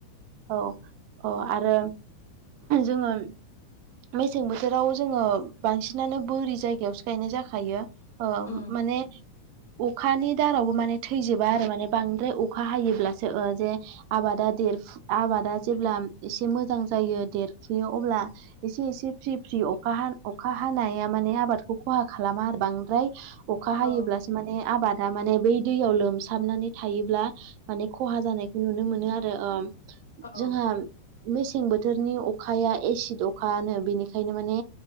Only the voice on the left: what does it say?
उम
औ
औ